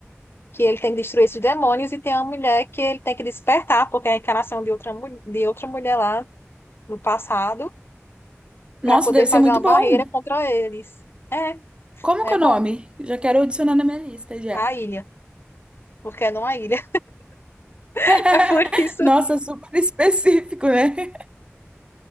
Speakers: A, on the left (about 55°); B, on the right (about 20°).
A: que ele tem que destruir esses demônios, e tem uma mulher que ele tem que despertar, porque é a encarnação de outra, mu- de outra mulher lá no passado, para
B: Nossa,
A: poder
B: deve
A: fazer
B: ser muito
A: uma
B: bom.
A: barreira contra eles. É,
B: Como que
A: é
B: é
A: bom.
B: o nome? Já quero adicionar na minha lista já.
A: A ilha, porque não a ilha. <laughs>
B: <laughs>
A: É por isso,
B: Nossa, super específico, né?